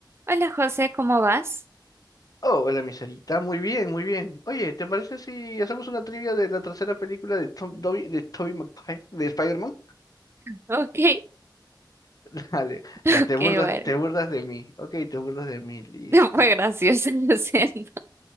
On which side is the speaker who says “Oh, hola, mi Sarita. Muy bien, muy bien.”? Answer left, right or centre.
Left